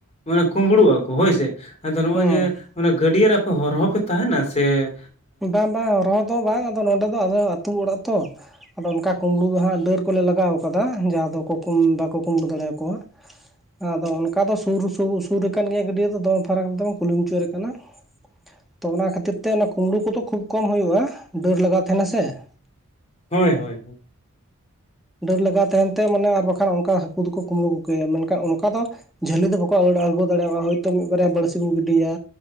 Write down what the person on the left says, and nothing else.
ᱢᱟᱱᱮ ᱠᱩᱢᱵᱽᱲᱩᱜᱼᱟᱠᱚ ᱦᱳᱭ ᱥᱮ ᱟᱫᱚ ᱱᱚᱜᱼᱚᱭ
ᱡᱮ ᱚᱱᱟ ᱜᱟᱹᱰᱭᱟᱹ ᱨᱮ ᱟᱯᱮ ᱦᱚᱨᱦᱚ ᱯᱮ ᱛᱟᱦᱮᱱᱟ ᱥᱮ
ᱦᱳᱭ ᱦᱳᱭ